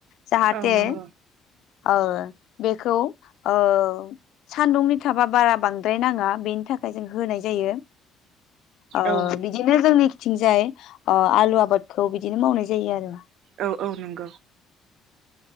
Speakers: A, on the left (about 60°); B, on the right (about 60°).
A: जाहाथे
B: औ नंगौ
A: औ बेखौ ओ सान्दुंनि थाबा बारा बांद्राय नाङा बेनि थाखाय जों होनाय जायो ओ
B: औ
A: बिदिनो जोंनिखि थिंजाय ओ आलु आबादखौ बिदिनो मावनाय जायो आरो
B: औ-औ नंगौ।